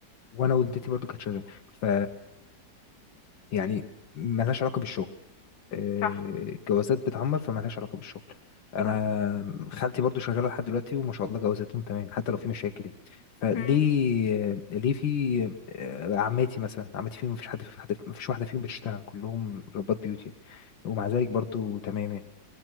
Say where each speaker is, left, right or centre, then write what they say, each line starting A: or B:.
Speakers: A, on the left (about 85°); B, on the left (about 60°).
A: وانا والدتي برضه كانت شغاله ف يعني ملهاش علاقه بالشغل آه،
B: صح
A: جوازات بتعمر فمالهاش علاقة بالشغل انا
B: صح
A: خالتي برضو شغالة لحد دلوقتي وما شاء الله جوازاتهم تمام حتى لو في مشاكل يعني. فليه
B: مم.
A: آه، ليه في آه، عماتي مثلا عماتي فيهم مفيش حد في حد مفيش واحدة فيهم بتشتغل كلهم ربات بيوت يعني ومع ذلك برضو تمام يعني.